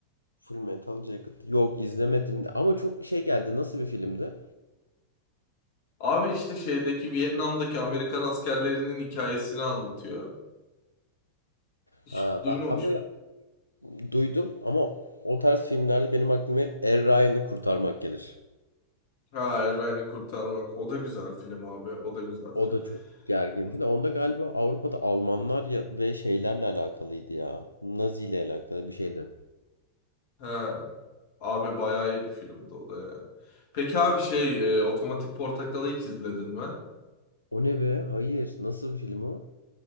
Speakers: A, on the left; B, on the left.
A: Full Metal Jacket. Yok izlemedim de. Ama çok şey geldi. Nasıl bir filmdi?
B: Abi işte şeydeki Vietnam'daki Amerikan askerlerinin hikayesini anlatıyor. Hiç
A: Ha,
B: duymamış
A: ben böyle
B: mı?
A: duydum ama o tarz filmlerde benim aklıma hep Er Ryan'ı kurtarmak gelir.
B: Ha, Ryan'ı kurtarmak. O da güzel film abi. O da güzel film.
A: O da çok gergin
B: Hı.
A: film. Onda galiba Avrupa'da Almanlar ya, ve şeylerle alakalıydı ya. Nazi ile alakalı bir şeydi.
B: Ha, abi bayağı iyi bir filmdi o da ya. Peki abi şey e, Otomatik Portakal'ı hiç izledin mi?
A: O ne be? Hayır. Nasıl bir film o?